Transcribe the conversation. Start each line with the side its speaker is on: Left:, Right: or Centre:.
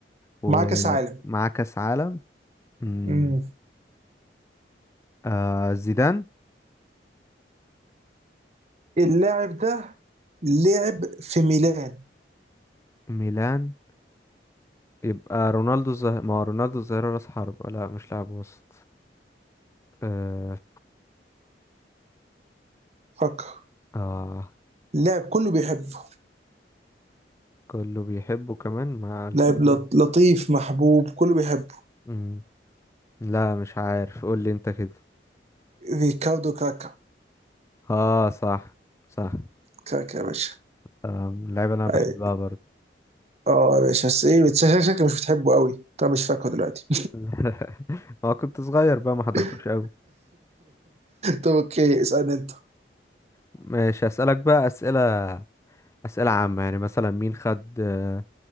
Left: ومعاه
Right: معاه كأس عالم
Left: كأس عالم مم.
Right: مم.
Left: آه زيدان
Right: اللاعب ده لعب في ميلان
Left: ميلان يبقى رونالدو الظاهرة ما هو رونالدو الظاهرة راس حربة لا مش لاعب وسط آه.
Right: فكر
Left: آه،
Right: لاعب كله بيحبه
Left: كله بيحبه كمان ما قلتلك
Right: لاعب
Left: دي
Right: لط- لطيف محبوب كله بيحبه
Left: مم. لا مش عارف قول لي انت كده
Right: ريكاردو كاكا
Left: اه صح صح
Right: كاكا يا باشا
Left: آه اللعيبه اللي انا بحبها
Right: أي-
Left: برضه
Right: اه يا باشا بس ايه بس شك- شكلك مش بتحبه قوي طب مش فاكره دلوقتي
Left: <laughs> ما كنت صغير بقى ما حضرتوش
Right: <laughs>
Left: قوي
Right: طب اوكي اسألني انت
Left: ماشي اسالك بقى اسئله اسئله عامه يعني مثلا مين خد آه،